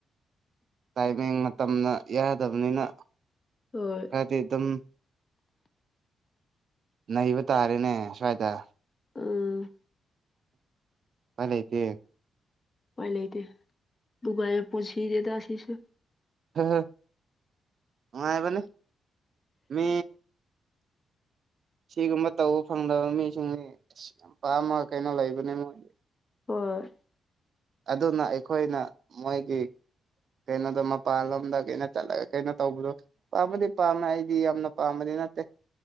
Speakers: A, on the right (about 55°); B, on the left (about 25°).
A: ꯇꯥꯏꯃꯤꯡ ꯃꯇꯝꯗ ꯌꯥꯗꯕꯅꯤꯅ
B: ꯍꯣꯏ
A: ꯈꯔꯗꯤ ꯑꯗꯨꯝ ꯅꯩꯕ ꯇꯥꯔꯦꯅꯦ ꯁ꯭ꯋꯥꯏꯗ
B: ꯎꯝ
A: ꯄꯥꯏ ꯂꯩꯇꯦ
B: ꯎꯄꯥꯏ ꯂꯩꯇꯦ ꯕꯨꯒꯥꯁꯦ ꯄꯨꯁꯤꯔꯦꯗ ꯁꯤꯁꯨ
A: ꯍ ꯍ ꯅꯨꯡꯉꯥꯏꯕꯅꯤ ꯃꯤ ꯁꯤꯒꯨꯝꯕ ꯇꯧꯕ ꯐꯪꯗꯕ ꯃꯤꯁꯤꯡꯗꯤ ꯑꯁ ꯌꯥꯝꯄꯥꯥꯝꯃ ꯀꯩꯅꯣ ꯂꯩꯕꯅꯦ ꯃꯣꯏꯗꯤ
B: ꯍꯣꯏ
A: ꯑꯗꯨꯅ ꯑꯩꯈꯣꯏꯅ ꯃꯣꯏꯒꯤ ꯀꯩꯅꯣꯗꯣ ꯃꯄꯥꯟꯂꯣꯝꯗ ꯀꯩꯅꯣ ꯆꯠꯂꯒ ꯀꯩꯅꯣ ꯇꯧꯕꯗꯣ ꯄꯥꯝꯕꯗꯤ ꯄꯥꯝꯃꯦ ꯑꯩꯗꯤ ꯌꯥꯝꯅ ꯄꯥꯝꯕꯗꯤ ꯅꯠꯇꯦ